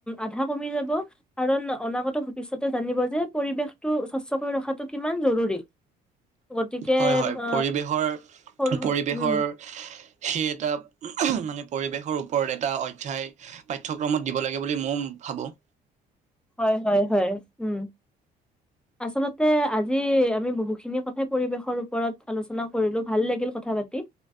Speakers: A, in the centre; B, on the right.
A: আধা কমি যাব কাৰণ অনাগত ভৱিষ্যতে জানিব যে পৰিৱেশটো স্বচ্ছ কৰি ৰখাটো কিমান জৰুৰী গতিকে
B: হয় হয়
A: অ
B: পৰিৱেশৰ
A: সৰু সৰু
B: পৰিৱেশৰ
A: উম
B: সেই এটা মানে পৰিৱেশৰ ওপৰত এটা অধ্যায় পাঠ্যক্ৰমত দিব লাগে বুলি মই ভাবোঁ
A: হয় হয় হয় উম আচলতে আজি আজি আমি বহুখিনি কথাই পৰিৱেশৰপ ওপৰত আলোচনা কৰিলো ভাল লাগিল কথা পাতি